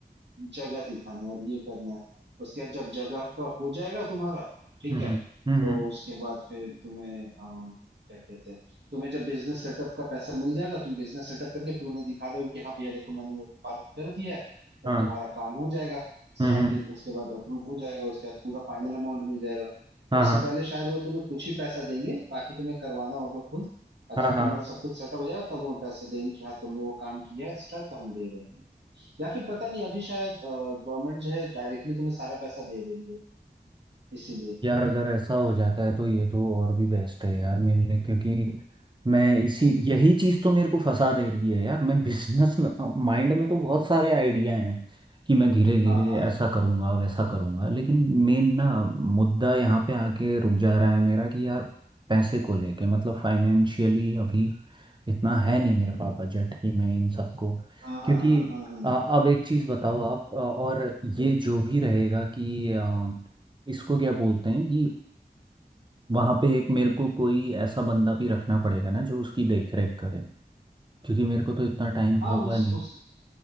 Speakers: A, on the right (about 80°); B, on the right (about 25°).
A: जगह दिखाना है और ये करना है उसके बाद जब जगह का हो जाएगा तुम्हारा ठीक
B: हम्म
A: है
B: हम्म हम्म,
A: तो
B: हम्म।
A: उसके बाद फिर तुम्हें अ, क्या कहते हैं तुम्हें जब बिजनेस सेटअप का पैसा मिल जाएगा तुम बिजनेस सेटअप करके फिर उन्हें दिखा दोगे कि हाँ भैया देखो मैंने मुर्गी पालन कर दिया है तब
B: हाँ
A: तुम्हारा काम हो जाएगा
B: हम्म
A: स्टार्टिंग
B: हम्म
A: उसके बाद अप्रूव हो जाएगा उसके बाद पूरा फाइनल अमाउंट मिल जाएगा
B: हाँ
A: उससे
B: हाँ
A: पहले शायद वो तुम्हें कुछ ही पैसा देंगे बाकी तुम्हें करवाना होगा खुद और
B: हाँ
A: जब
B: हाँ
A: तुम्हारा सब कुछ सेटअप हो जाएगा तब वो पैसे देंगे कि हाँ तुमने वो काम किया है स्टार्ट तो हम दे रहे हैं या फिर पता नहीं अभी शायद गवर्नमेंट जो है डायरेक्टली तुम्हें सारा पैसा दे दे रही है इसीलिए
B: यार अगर ऐसा हो जाता है तो ये तो और भी बेस्ट है यार मेरे लिए क्योंकि मैं इसी यही चीज़ तो मेरे को फंसा दे रही है यार मैं बिजनेस में माइंड में तो बहुत सारे आइडिया हैं कि मैं धीरे धीरे
A: हाँ हाँ
B: ऐसा करूँगा वैसा करूँगा लेकिन मेन ना मुद्दा यहाँ पे आके रुक जा रहा है मेरा कि यार पैसे को लेके मतलब फाइनेंशियली अभी इतना है नहीं मेरे पास बजट कि मैं इन सबको
A: हाँ हाँ
B: क्योंकि
A: हाँ हाँ हाँ
B: अ, अब एक चीज़ बताओ आप अ, और ये जो भी रहेगा कि इसको क्या बोलते हैं कि वहां पे एक मेरे को कोई ऐसा बंदा भी रखना पड़ेगा ना जो उसकी देख रेख करे क्योंकि मेरे को तो इतना टाइम
A: हाँ
B: होगा
A: उस
B: नहीं
A: उस